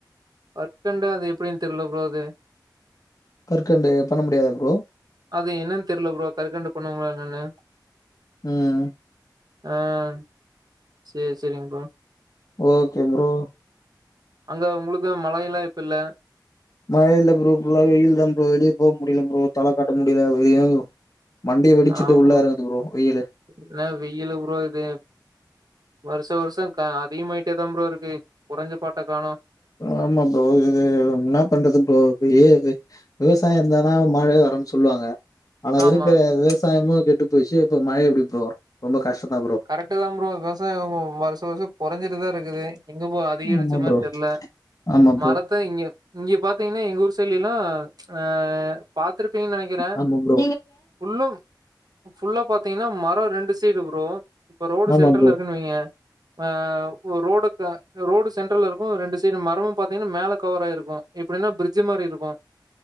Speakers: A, on the right (about 60°); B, on the left (about 50°).
A: கற்கண்டு அது எப்டின் தெர்ல ப்ரோ அது
B: கற்கண்டு பண்ண முடியாதா ப்ரோ
A: அது என்னன் தெர்ல ப்ரோ கற்கண்டு பண்ணுவாங்களா என்னன்னு
B: ம்
A: ம் சேர் செரிங் ப்ரோ
B: ஓகே ப்ரோ
A: அங்க உங்ளுக்கு மழை எல்லா இப்பல்ல
B: மழ இல்ல ப்ரோ ஃபுல்லாவே வெயில் தா ப்ரோ வெளியே போ முடில ப்ரோ தல காட்ட முடில வெளிய மண்டய வெடிச்சுட்டு
A: ஆமா.
B: உள்ள எறங்கது ப்ரோ வெயிலு
A: என்ன வெயில் ப்ரோ இது வருஷ வருஷோ க அதிகமாய்டே தா ப்ரோருக்கு கொறஞ்ச பாட்ட காணோ
B: ஆமா ப்ரோ இது இன்ன பண்றது ப்ரோ ஏது விவசாயோ இருந்தா தா மழை வரன்னு சொல்வாங்க ஆனா
A: ஆமா.
B: இருக்கிற விவசாயமு கெட்டு போய்ச்சு இப்ப மழ எப்டி ப்ரோ வரும் ரொம்ப கஷ்ட தா ப்ரோ
A: கரெட்டு தா ப்ரோ விவசாயம் போ வருஷ வருஷோ கொறஞ்சிட்டுதா இருக்குது எங்க போ அதிகரிச்ச
B: ஆமா
A: மார்
B: ப்ரோ
A: தெர்ல
B: ஆமா ப்ரோ
A: மரத் ப்ப இங்க இங்க பாத்தீங்னா எங் ஊர் சைட்லில்லா ஆ பாத்திருப்பீங்கு நெனைக்கிறே
B: ஆமா ப்ரோ
A: புல்லும் ஃபுல்லா பாத்த பாத்தீங்கன்னா மரோ ரெண்டு சீடு ப்ரோ இப்ப ரோடு
B: ஆமா
A: சென்ட்ரல்ல
B: ப்ரோ
A: இருக்குன்னுவீங்க ஆ ரோடு க ரோடு சென்ட்ரல்ல இருக்கும் ரெண்டு சைடு மரம் பாத்தீங்கன்னா மேல கவர்ராயிருக்கும் எப்படின்னா பிரிட்ஜ் மாரி இருக்கும்